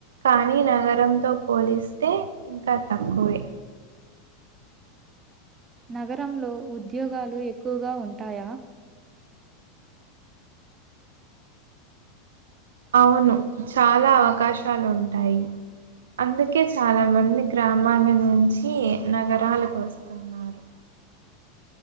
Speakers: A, on the right; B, on the right.
A: కానీ నగరంతో పోలిస్తే ఇంకా తక్కువే
B: నగరంలో ఉద్యోగాలు ఎక్కువగా ఉంటాయా
A: అవును చాలా అవకాశాలు ఉంటాయి అందుకే చాలా మంది గ్రామాల నుంచి నగరాలకు వస్తున్నారు